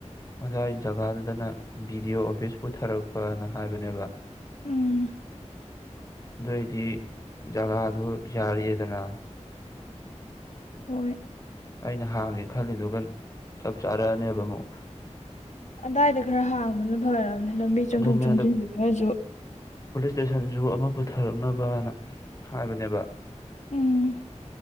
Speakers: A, on the left (about 30°); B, on the left (about 75°).
A: ꯉꯁꯥꯏ ꯖꯒꯥꯗꯨꯗꯅ ꯕꯤ ꯗꯤ ꯑꯣ ꯑꯣꯐꯤꯁ ꯄꯨꯊꯔꯛꯄꯅ ꯍꯥꯏꯕꯅꯦꯕ
B: ꯎꯝ
A: ꯅꯣꯏꯗꯤ ꯖꯒꯥꯗꯨ ꯌꯥꯔꯤꯑꯦꯗꯅ
B: ꯍꯣꯏ
A: ꯑꯩꯅ ꯍꯥꯡꯒꯦ ꯈꯜꯂꯤꯗꯨꯒ ꯆꯞ ꯆꯥꯔꯛꯑꯅꯦꯕ ꯑꯃꯨꯛ
B: ꯑꯗꯥꯏꯗ ꯈꯔ ꯍꯥꯡꯕꯅ ꯐꯔꯕꯅꯦ ꯂꯝꯕꯤ ꯆꯣꯡꯊꯣꯛ
A: ꯑꯗꯨꯅꯦ
B: ꯆꯣꯡꯁꯤꯟꯁ
A: ꯑꯗ
B: ꯈꯔꯁꯨ
A: ꯄꯨꯂꯤꯁ ꯏꯁꯇꯦꯁꯟꯁꯨ ꯑꯃ ꯄꯨꯊꯔꯛꯅꯕꯅ ꯍꯥꯏꯕꯅꯦꯕ
B: ꯎꯝ